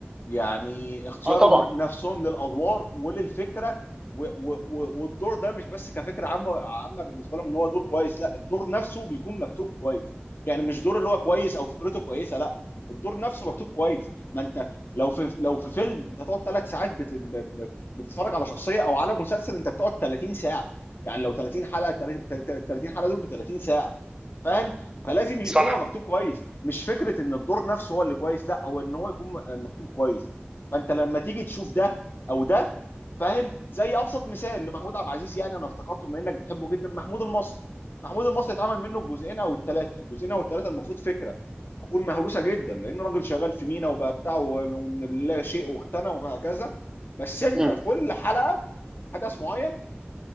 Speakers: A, on the left; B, on the right.
A: يعني اختيارهم
B: اه طبعا
A: نفسهم للادوار وللفكره و و و والدور ده مش بس كفكره عامه عامه بالنسبه لهم ان هو دور كويس لا الدور نفسه بيكون مكتوب كويس يعني مش دور اللي هو كويس او فكرته كويسه لا الدور نفسه مكتوب كويس ما انت لو في لو في فيلم انت تقعد ثلاث ساعات بت ب- ب- بتتفرج على شخصيه او على مسلسل انت بتقعد 30 ساعه يعني لو 30 حلقه 30 حلقه دول ب 30 ساعه فاهم فلازم يكون
B: صح
A: هو مكتوب كويس مش فكره ان الدور نفسه هو اللي كويس لا هو ان هو يكون م- مكتوب كويس فانت لما تيجي تشوف ده او ده فاهم زي ابسط مثال لمحمود عبد العزيز يعني انا افتكرته بما انك بتحبه جدا محمود المصري محمود المصري اتعمل منه الجزئين او الثلاثه الجزئين او الثلاثه المفروض فكره تكون مهروسه جدا لانه راجل شغال في مينا وبقى بتاعه ومن لا شيء واختنى وهكذا بس انت
B: امم
A: كل حلقه حدث معين